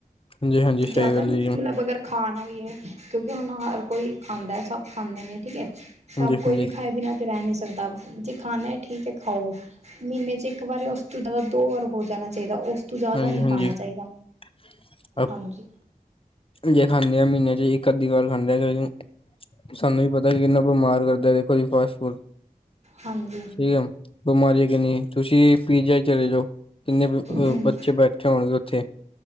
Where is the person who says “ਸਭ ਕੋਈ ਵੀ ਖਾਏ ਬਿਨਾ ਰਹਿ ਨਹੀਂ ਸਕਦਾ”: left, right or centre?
Right